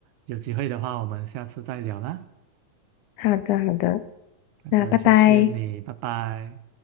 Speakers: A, on the right; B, on the left.
A: 有机会的话我们下次再聊啦。
B: 好的，好的，
A: 好的，
B: 那拜拜。
A: 谢谢你，拜拜。